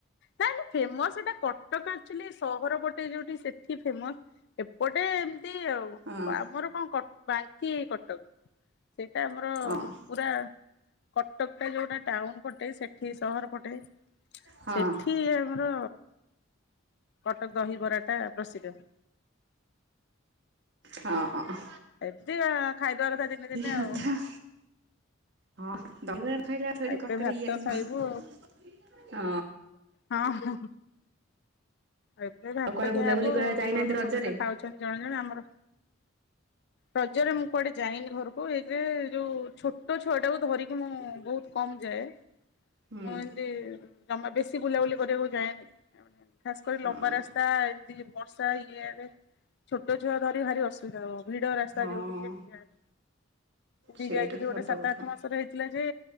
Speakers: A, on the left; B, on the right.
A: ତାହାଲେ ଫେମସ ସେଇଟା କଟକ ଆକ୍ଚୁଆଲି ସହର ପଟେ ଯୋଉଠି ସେଠି ଫେମସ୍। ଏପଟେ ଏମିତି ଆଉ
B: ହଁ
A: ଆମର କଣ କଟ ବାଙ୍କି କଟକ। ସେଟା ଆମର
B: ହଁ
A: ପୁରା କଟକ ଟା ଯୋଉଟା ଟାଉନ ପଟେ ସେଠି ସହର ପଟେ
B: ହଁ।
A: ସେଠି ଆମର କଟକ ଦହିବରାଟା ପ୍ରସିଦ୍ଧ।
B: ହଁ ହଁ।
A: ଏମିତି ଖାଇଦବା କଥା ଦିନେ ଦିନେ
B: କଥା
A: ଆଉ।
B: ହଁ ତମେ ଖାଇଲେ ଆସିବ ଏଠି
A: ଏବେ
B: କଟକରେ
A: ଭାତ
B: ଇଏ ଥିବା।
A: ଖାଇବୁ ହଁ ହଁ ଆଉ ଏବେ ଭାତ
B: କୁଆଡେ
A: ଖିଆ
B: ବୁଲାବୁଲି
A: ହବ
B: କରିବା ଯାଇନାହାନ୍ତି
A: ଘର
B: ରଜରେ?
A: ସମସ୍ତେ ଖାଉ ଛନ୍ତି ଜଣେ ଜଣେ ଆମର ରଜରେ ମୁଁ କୁଆଡେ ଯାଇନି ଘରୁକ ହଉ ଏବେ ଯୋଉ ଛୋଟ ଛୁଆ ଟାକୁ ଧରିକି ମୁଁ ବୋହୁତ କମ୍ ଯାଏ।
B: ହୁଁ
A: ମୁଁ ଏମିତି ଜମା ବେଶୀ ବୁଲାବୁଲି କରିବାକୁ ଯାଏନ ଖାସ୍ କରି
B: ହଁ
A: ଲମ୍ବା ରାସ୍ତା ଏମିତି ବର୍ଷା ଇଏ ରେସଛୋଟ ଛୁଆ ଧରି ଭାରି ଅସୁ ଧା ହେବ ଭିଡ଼ ରାସ୍ତା
B: ହଁ
A: ଯୋଉଠି ସେଠି କି ଯାଏନି। ପୁରି
B: ସେଇଟା
A: ଯାଇଥିଲୁ
B: ତ
A: ଗୋଟେ
B: ସତ
A: ସାତ
B: କଥା।
A: ଆଠ ମାସରେ ହେଇଥିଲା ଯେ